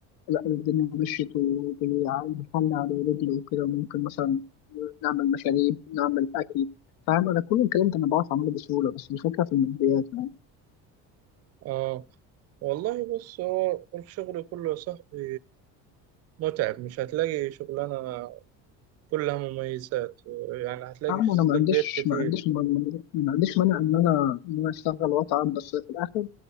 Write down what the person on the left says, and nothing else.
لا لو الدنيا مشيت وبالحل على رجل وكده ممكن مثلا نعمل مشاريب نعمل أكل فاهم أنا كل الكلام ده أنا بعرف أعمله بسهولة بس الفكرة في الماديات يعني
فاهم
أنا ما عنديش
ما عنديش ما ما- ما عنديش مانع إن أنا إن أنا أشتغل وأتعب بس في الآخر